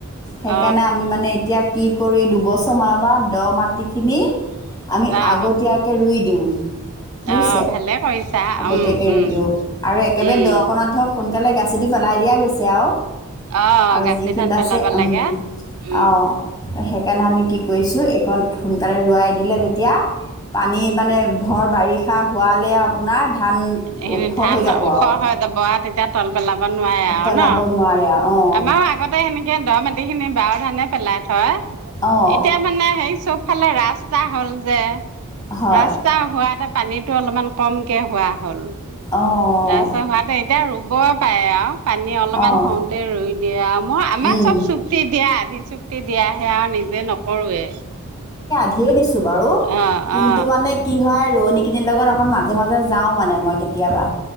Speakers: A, on the left; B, on the right.
A: সেইকাৰণে
B: অ অ
A: আমি মানে এতিয়া কি কৰোঁ এই দুবছৰমানৰ পৰা দ মাটিখিনি আমি
B: আহ
A: আগতীয়াকে ৰুই দিওঁ বুইছে
B: আহ ভালে কৰিছা
A: আগতীয়াকে
B: উম উম
A: ৰুই দিওঁ আৰু একেবাৰে
B: উম
A: দকনত ধৰক সোন মানে গাচীটো পেলাই দিয়া গৈছে আৰু
B: অ
A: আৰু
B: গাচি
A: যিখিনিত
B: ধান পেলাব
A: আছে উম
B: লাগে উম
A: অঁ সেইকাৰণে আমি কি কৰিছোঁ এইখন সোনকালে ৰৱাই দিলে তেতিয়া পানী মানে ভৰ বাৰিষা হোৱালে আৰু আপোনাৰ ধান
B: সিন
A: ওখ
B: ধান
A: হৈ যাব
B: ওখ
A: আৰু
B: হয় তি বৰা তেতিয়া তল পেলাব নোৱাৰে আৰু
A: পেলাব
B: ন
A: নোৱাৰে আৰু অঁ
B: আমাৰো আগতে সেনে কে দ মাটি খিনি বাৰ ধানে পেলাই থয়
A: অঁ
B: এতিয়া মানে সেই চব ফালে ৰাস ৰাস্তা হ'ল যে
A: হয়
B: ৰাস্তা হোৱা এটা পানীটো অলপমান কমকৈ হোৱা হল
A: অঁ
B: তাৰপিছত হোৱোতে এতিয়া আৰু বৰ পায় আৰু পানী অলপমান
A: অঁ
B: হওঁতে ৰুই দিয়ে আৰু মই আমাৰ
A: উম
B: চব চুক্তি দিয়া আধি চুক্তি দিয়াহে আৰু নিজে নকৰোৱে
A: ধ দিছো বাৰু
B: অ
A: কিন্তু
B: অ
A: মানে কি হয় ৰোৱনী কিনিৰ লগত অকণ মাজে মাজে যাওঁ মানে মই কেতিয়াবা